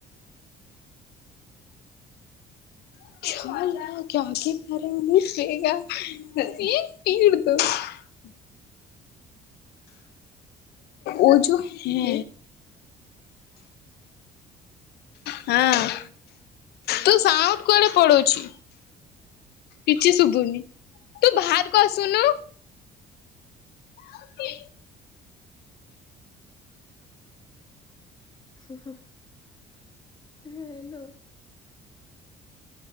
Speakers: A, on the left; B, on the left.
A: <unintelligible> ଉ ଯୁ ହେଁ ହଁ,
B: ହ୍ୟାଲୋ ଖେଳ
A: ତୁ ସାଉଣ୍ଡ କୁଆଡେ ପଳଉଛି? କିଛି ଶୁଭୁନି, ତୁ ବାହାରକୁ ଆସୁନୁ। ହଁ କି?
B: ହୁଁ, ହୁଁ ହ୍ୟାଲୋ!